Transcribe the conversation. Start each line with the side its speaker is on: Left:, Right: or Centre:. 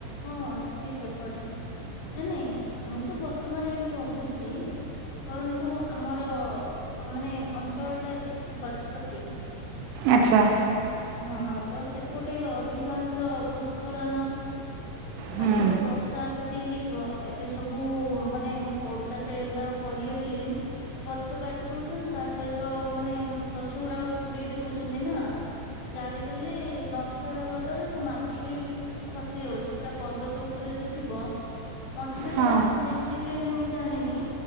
Left: ହଁ ଅଛି, ସେପଡେ। ନା ନାଇଁ, ମୁଁ ତ ବର୍ତ୍ତମାନ ଏଇଠି ରହୁଚିଁ। କରନ୍ତୁ, ଆମର ମାନେ ଅଞ୍ଚଳଟା ଗଜପତିଁ
Right: ଆଚ୍ଛା।
Left: ହଁ, ତ ସେପଟେ ଅଧିକାଂଶ ଭୂସ୍ଖଳନ
Right: ହୁଁ
Left: ଅଧିକ ବର୍ଷା ଯଦ୍ ଦି ହେଇଯିବ! ଏବେ ସବୁ-ଉଁ ମାନେ ପଡୁ ଚାଷ ଏଗୁଡା କରିବେ ବୋଲିଁ, ଗଛ କା କାଟି ଦଉଛନ୍ତି। ତା ସହିତ ମାନେ, ଗଛ ଗୁଡା ପୁଡେଇ ବି ଦଉଛନ୍ତି ନା! ଜାଳିଦେଲେ, ନଷ୍ଟ ହେବା ଦ୍ଵାରା ସେ ମାଟି ବି ଖସି ଯାଉଛି। ପୁରା ପର୍ବତ ଉପରେ ଯଦି ଥିବ, ମଝିରେ
Right: ହଁ
Left: ଥରେ ଆପଣ ଦେଖିଥିବେ, ନାଇଁ ମୁଁ ଜାଣିନି!